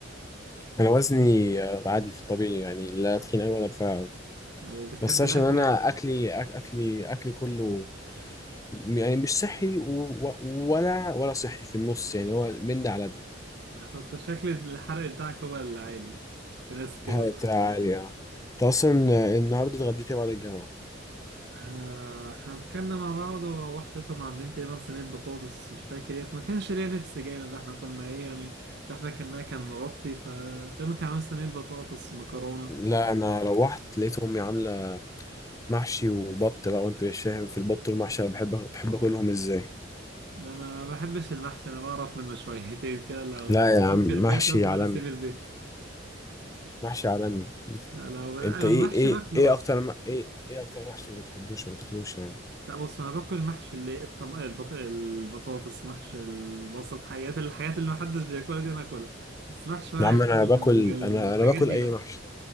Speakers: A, on the left (about 15°); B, on the right (about 60°).
A: انا وزني آه، عادي في الطبيعي يعني لا تخين قوي ولا رفيع قوي
B: وبتحب
A: بس عشان
B: الأكل
A: انا اكلي أك- اكلي اكلي كله م- يعني مش صحي و- و- ولا ولا صحي في النص يعني هو من ده على ده
B: انت شكل الحرق بتاعك هو اللي عالي في ناس كده
A: حالة عالية انت اصلا آه، النهارده اتغديت إيه بعد الجامعة
B: آه، احنا اتكلمنا مع بعض وروحت طبعا عاملين تقريبا صينية بطاطس مش فاكر ايه ما كانش ليا نفس جامد ده احنا كنا ايه يعني اللي احنا كنا كان مغطي ف تقريبا كان عامل صينية بطاطس ومكرونة
A: لا انا روحت لقيت امي عامله محشي وبط بقى وانت مش فاهم في البط والمحشي انا بحب بحب اكلهم ازاي
B: لا، انا ما بحبش المحشي انا بعرف منه شويتين كده لو
A: لا
B: موجود
A: يا عم محشي
B: في البيت لازم
A: عالمي
B: انا اسيب البيت
A: محشي عالمي بت-
B: لا لو انا
A: انت
B: المحشي
A: ايه ايه
B: باكله
A: ايه
B: بس
A: اكتر م... ايه ايه اكتر محشي ما بتحبوش وما تاكلوش يعني
B: لا بص انا باكل محشي اللي الطم... البط... البطاطس محشي البصل الحاجات الحاجات اللي محدش بياكلها دي انا اكلها بس محشي ورق
A: يا عم انا
B: العنب
A: باكل
B: والحاجات
A: انا انا باكل
B: دي
A: اي
B: لا
A: محشي